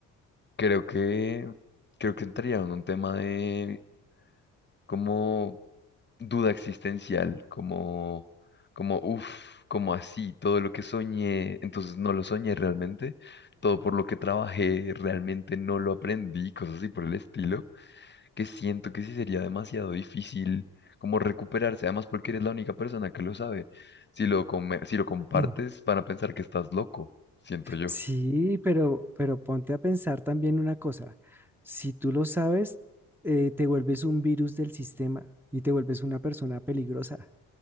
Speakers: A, on the left; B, in the centre.
A: Creo que, creo que entraría en un tema de cómo duda existencial, como, como, uff, como así, todo lo que soñé, entonces no lo soñé realmente, todo por lo que trabajé realmente no lo aprendí, cosas así por el estilo, que siento que sí sería demasiado difícil como recuperarse, además porque eres la única persona que lo sabe. Si lo come- si lo compartes,
B: <clears throat>
A: van a pensar que estás loco, siento yo.
B: Sí, pero, pero ponte a pensar también una cosa. Si tú lo sabes, eh, te vuelves un virus del sistema y te vuelves una persona peligrosa.